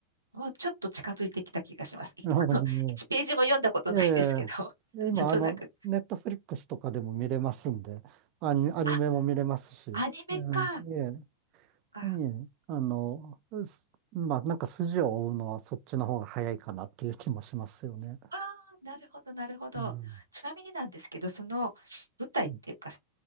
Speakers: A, on the right; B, on the right.
A: もうちょっと近づいてきた気がします。<laughs> い1ページも読んだことないですけど、
B: <laughs> ええ、
A: <laughs>
B: 今、
A: ちょっとなんか、
B: あの、ネットフリックスとかでも見れますんで、アニ、アニメも見れますし、
A: あ、アニメか。
B: うん、
A: そっ
B: え
A: か。
B: え、ええ、あの、すまあ、なんか筋を追うのはそっちの方が早いかなっていう気もしますよね。
A: ああ、なるほど、なるほど。
B: うん。
A: ちなみになんですけど、その舞台っていうか、
B: うん、